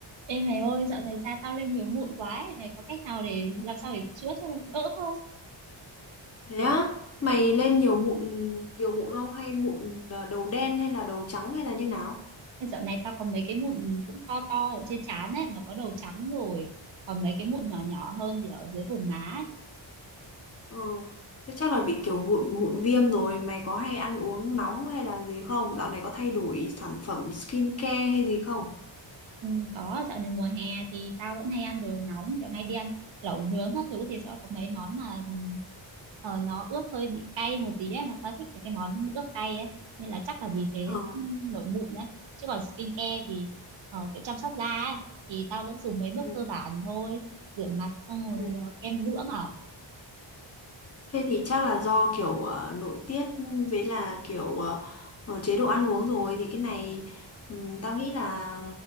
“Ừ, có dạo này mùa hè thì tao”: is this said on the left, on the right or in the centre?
Right